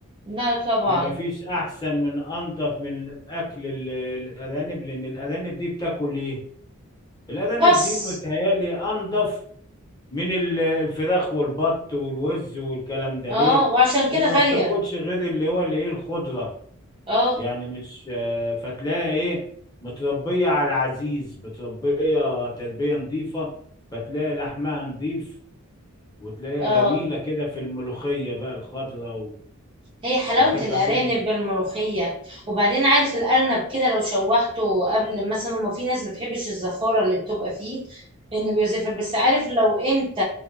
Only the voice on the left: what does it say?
ما فيش احسن من انضف من اكل ال- الارانب لان الارانب دي بتاكل ايه الارانب
دي متهيالي انضف من ال- الفراخ والبط والوز والكلام ده
ليه
لان ما
بتاكلش غير اللي هو الايه الخضرة
يعني مش آه، فتلاقي ايه متربية على العزيز متربية تربية نظيفة فتلاقي لحمها نظيف وتلاقيها
جميلة كده في الملوخية بقى الخضرة
وأحب
أجيب إن-
آه.